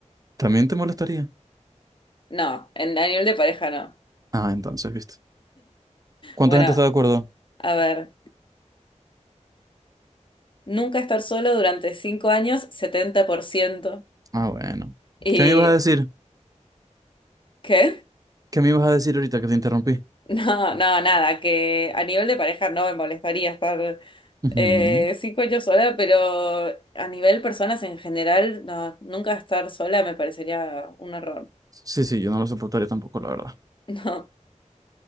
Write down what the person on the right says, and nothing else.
¿También te molestaría?
Ah, entonces, ¿viste? ¿Cuánta
gente está de acuerdo?
Ah, bueno.
¿Qué me ibas a decir?
¿Qué me ibas a decir ahorita que te interrumpí?
Ujú,
Sí, sí, yo no lo soportaría tampoco, la verdad.